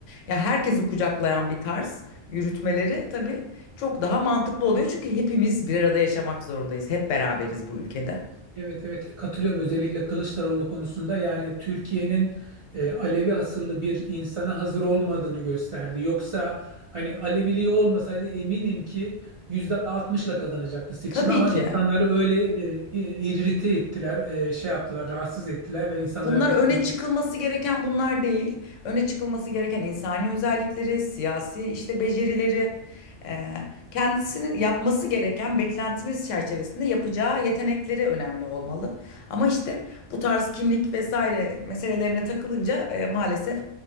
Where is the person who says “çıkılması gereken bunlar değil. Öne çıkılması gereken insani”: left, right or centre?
Left